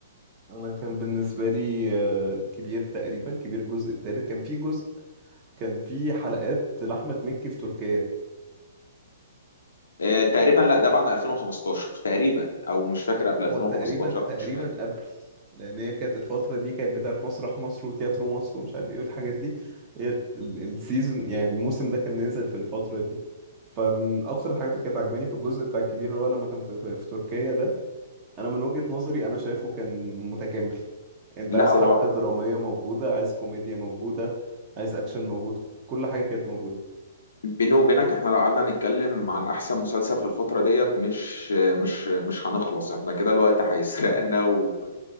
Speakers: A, on the right; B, on the left.
A: انا كان بالنسبه لي آه، كبير تقريبا كبير الجزء الثالث كان في جزء كان في حلقات لاحمد مكي في تركيا
B: آه، تقريبا لا ده بعد 2015 تقريبا أو مش فاكر قبل 2015
A: هو تقريبا تقريبا
B: مش فاكر
A: قبل لان هي كانت الفتره دي كانت بتاعت مسرح مصر وتياترو مصر ومش عارف ايه والحاجات دي هي ال- ال- السيزون يعني الموسم ده كان نازل في الفتره دي فمن اكتر الحاجات اللي كانت عجباني في الجزء بتاع الكبير اللي هو لما كان في, في, في تركيا ده انا من وجهة نظري انا شايفه كان متكامل انت
B: لا
A: عايز
B: هو
A: حبكة درامية موجودة عايز كوميديا موجودة عايز اكشن موجود كل حاجة كانت موجودة
B: بيني وبينك احنا لو قعدنا نتكلم عن احسن مسلسل في الفترة ديت مش مش مش هنخلص احنا كده الوقت هيسرقنا و